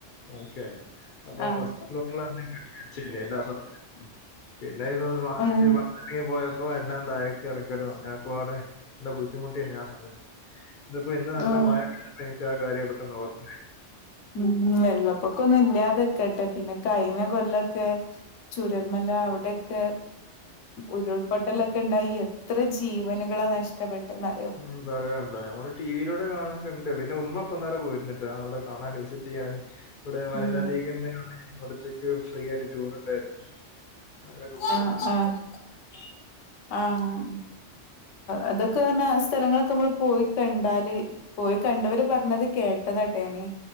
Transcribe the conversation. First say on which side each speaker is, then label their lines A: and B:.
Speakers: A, on the left; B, on the left.
A: ഓക്കെ അപ്പൊ
B: ആഹ്
A: ഫസ്റ്റ് ഫ്ളോറിലാണ് ഞങ്ങൾ വെച്ചിയിനെ എല്ലാ സധനങ്ങളും. പിന്നെ ഇത് <unintelligible>
B: ഉം
A: പോയപ്പോ എല്ലാം താഴേക്ക് ഇറക്കലും അങ്ങനൊക്കെ പാടെ. നല്ല ബുദ്ധിമുട്ടിയെന്ന്യാ ആ സമയത്ത് ഇതിപ്പോ ഇന്ന് നല്ല
B: ആഹ്
A: മഴ പെയ്തപ്പൊ എനിക്ക് ആ കാര്യാ പെട്ടെന്ന് ഓർത്തെ
B: ഉം വെള്ളപ്പൊക്കൊന്നും ഇല്ലാതെക്കട്ടെ പിന്നെ കഴിഞ്ഞ കൊല്ലൊക്കെ ചുരൽമല അവിടെ ക്കെ ഉരുൾപൊട്ടലൊക്കെ ഉണ്ടായി എത്ര ജീവനുകളാ നഷ്ടപ്പെട്ടെന്നറിയോ?
A: ഉം പറയാറുണ്ടോ ഞമ്മൾ ടി വി യിലൂടെ കാണല്ണ്ട് പിന്നെ ഉമ്മ ഇപ്പന്നാരെ പോയിരുന്നിട്ടോ. ഇവിടെ കട അന്വേഷിച്ച് ഞാൻ ഇവിടെ
B: ഉം
A: വനിതാ ലീഗി അവിടുത്തേക്ക് ഫ്രീ ആയിട്ട് ടൂർ ഉണ്ടായിരുന്നു. അവിടൊക്കെ പോയി
B: ആഹ് ആഹ്
A: <unintelligible>
B: ആഹ് അതൊക്കെ പറഞ്ഞാ ആ സ്ഥലങ്ങളൊക്കെ നമ്മൾ പോയി കണ്ടാല് പോയി കണ്ടവര് പറഞ്ഞത് കേട്ടതാട്ടോ ഞാന്